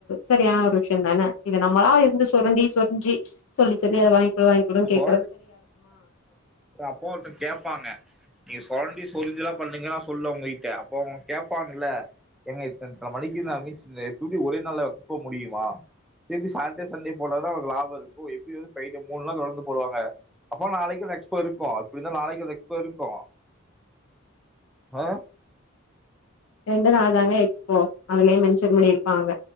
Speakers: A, on the left; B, in the centre.
A: சரியான ஒரு விஷயந்தானே இது நம்மளா இருந்து சொரண்டி சொருஞ்சி சொல்லி சொல்லி அத வாங் குடு வாங் குடு கே
B: <inaudible> அப்போ ஒருத்தங் கேப்பாங்க நீங்க சொரண்டி சொரிஞ்சுலா பண்ணுங்க நா சொல்ல உங்க கிட்ட அப்ப அவங்க கேப்பாங்கல்ல ஏங்க இத்தன் இத்தன மணிக்கு நா <unintelligible> இந்த <unintelligible> ஒரே நாள்ல <unintelligible> முடியுமா திருப்பி சாட்டே சண்டே போனாதா அவருக்கு லாப இருக்கு எப்டி வந்து ஃப்ரை மூண் நாள் தொடந்து போடுவாங்க அப்போ நாளைக்கு அந்த எக்ஸ்போ இருக்கு எப்டிந்தா நாளைக்கு அந்த எக்ஸ்போ இருக்கு ஆ
A: ரெண்டு நாள் தாங்க எக்ஸ்போ அதுலயே மென்ஷன் பண்ணிருப்பாங்க